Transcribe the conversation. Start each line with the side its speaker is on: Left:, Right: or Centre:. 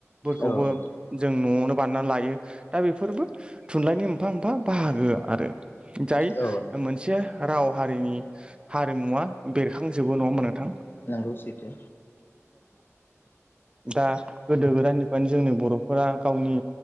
Right: फोरखौबो
Left: औ नोंथां
Right: जों न'आव बारनानै लायो दा बेफोरबो थुनलाइनि मोनफा मोनफा बाहागो आरो। जाय
Left: औ नोंथां
Right: मोनसे राव हारिनि हारिमुवा बेरखांजोबो नङा मोनोंथां?
Left: नंगौ सैथो
Right: दा गोदो गोदायनिफ्रायनो जोंनि बर'फोरा गावनि